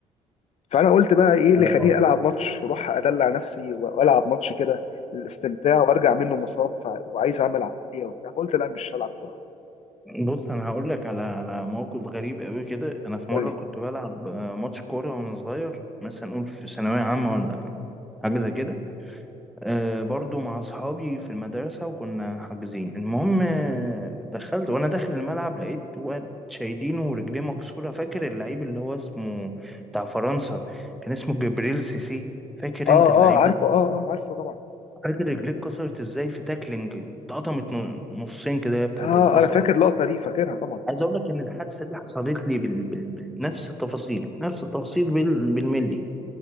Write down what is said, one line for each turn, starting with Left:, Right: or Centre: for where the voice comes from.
Left: فانا قلت بقى ايه اللي
Centre: اه
Left: خليني العب ماتش واروح ادلع نفسي والعب ماتش كده للاستمتاع وارجع منه مصاب ف... وعايز اعمل عمليه وبتاع فقلت لا مش هلعب كوره خالص
Centre: بص انا هقول لك على على موقف غريب قوي كده انا في
Left: قول
Centre: مره
Left: لي
Centre: كنت بلعب آه، ماتش كوره وانا صغير مثلا نقول في ثانويه عامه ولا حاجه زي كده آه، برضو مع اصحابي في المدرسه وكنا حاجزين المهم آه، دخلت وانا داخل الملعب لقيت واد شايلينه ورجليه مكسوره فاكر اللعيب اللي هو اسمه بتاع فرنسا كان اسمه جبريل سيسي فاكر
Left: اه
Centre: انت اللعيب
Left: اه عارفه
Centre: ده
Left: اه اه عارفه طبعا
Centre: فاكر رجليه اتكسرت ازاي في تاكلينج اتقطمت نصين كده بتاعت
Left: اه
Centre: القصبه
Left: انا فاكر اللقطه دي فاكرها طبعا
Centre: عايز اقول لك ان الحادثه دي حصلت لي بال... بال... بنفس التفاصيل نفس التفاصيل بال... بالملي